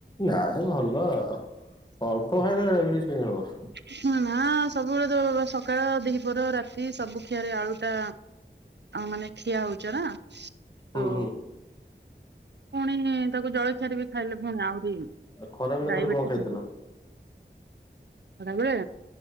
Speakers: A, on the left (about 25°); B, on the right (about 70°).
A: ନାଇଁ ଭଲ ଅଳ୍ପ ଖାଇଲେ ଡାଇଵେଡିସ କାଇଁ ହଵ।
B: ହୁଁ ନା ସବୁବେଳେ ତ ସକାଳ ଦିହପର ରାତି ସବୁ ଖିଆରେ ଆଳୁ ଟା ମାନେ ଖିଆ ହଉଛ ନା।
A: ହୁଁ
B: ତ
A: ହୁଁ
B: ପୁଣି ତାକୁ ଜଳ ରେ ବି ଖାଇଲେ ପୁଣି ଆହୁରି
A: ଆଉ ଖରା ବେଳେ
B: ଡାଇବେଟିସ୍
A: ଫେରେ କଣ ଖାଇଥିଲ
B: ହେଇଯିବ। ବେଳେ